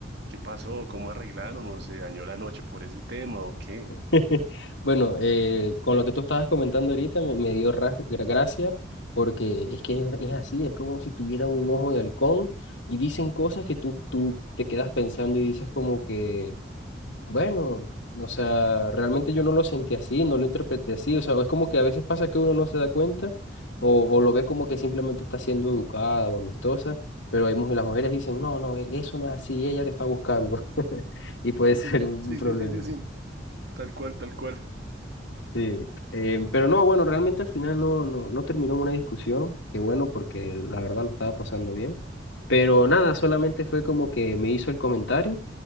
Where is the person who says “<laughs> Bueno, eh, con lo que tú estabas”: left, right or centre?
Left